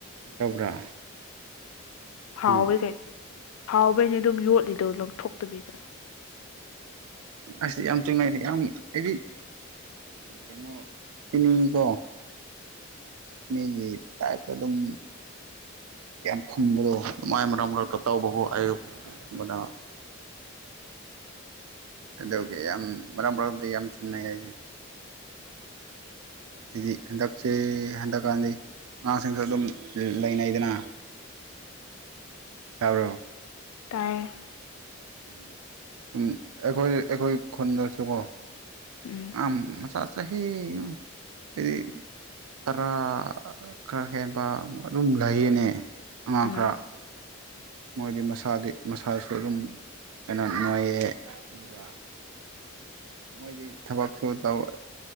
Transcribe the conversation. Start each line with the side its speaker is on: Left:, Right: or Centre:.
Right: ꯇꯧꯕ꯭ꯔꯥ
Left: ꯍꯥꯎꯋꯦ
Right: ꯑꯣ
Left: ꯀꯩꯅꯣ ꯍꯥꯎꯕꯩꯩꯅꯦ ꯗꯨꯝ ꯌꯣꯠꯂꯤꯗꯣ ꯂꯪꯊꯣꯛꯇꯕꯤꯗ
Right: ꯅꯪꯁꯦ ꯌꯥꯝ ꯆꯤꯡꯅꯩ ꯌꯥꯝ ꯑꯩꯗꯤ ꯀꯩꯅꯣ ꯆꯤꯅꯤꯀꯣ ꯃꯤꯒꯤ ꯇꯥꯏꯞꯇ ꯗꯨꯝ ꯌꯥꯝ ꯊꯨꯝꯕꯗꯣ ꯑꯗꯨꯃꯥꯏ ꯃꯔꯛ ꯃꯔꯛꯇ ꯇꯧꯕꯈꯣ ꯑꯌꯨꯛꯕꯗ ꯑꯗꯨꯒꯤ ꯌꯥꯝ ꯃꯔꯛ ꯃꯔꯛꯗ ꯌꯥꯝ ꯆꯤꯡꯅꯩ ꯍꯥꯏꯁꯦ ꯍꯥꯏꯗꯤ ꯍꯟꯗꯛꯁꯦ ꯍꯟꯗꯛꯀꯥꯟꯗꯤ ꯑꯉꯥꯁꯤꯡꯁꯨ ꯑꯗꯨꯝ ꯂꯩꯅꯩꯗꯅ ꯇꯥꯕ꯭ꯔꯣ
Left: ꯇꯥꯏꯌꯦ
Right: ꯎꯝ ꯎꯝ ꯑꯩꯈꯣꯏ ꯑꯩꯈꯣꯏ ꯈꯨꯟꯗꯁꯨꯀꯣ
Left: ꯎꯝ
Right: ꯑꯉꯥꯡ ꯃꯆꯥ ꯆꯍꯤ ꯎꯝ ꯍꯥꯏꯗꯤ ꯇꯔꯥ ꯈꯔ ꯍꯦꯟꯕ ꯑꯗꯨꯝ ꯂꯩꯌꯦꯅꯦ ꯑꯉꯥꯡ
Left: ꯎꯝ
Right: ꯈꯔ ꯃꯣꯏꯗꯤ ꯃꯁꯥꯗꯤ ꯃꯁꯥꯁꯨ ꯑꯗꯨꯝ ꯀꯩꯅꯣ ꯅꯣꯏꯌꯦ ꯑꯗꯨꯒ ꯃꯣꯏꯗꯤ ꯊꯕꯛꯁꯨ ꯇꯧ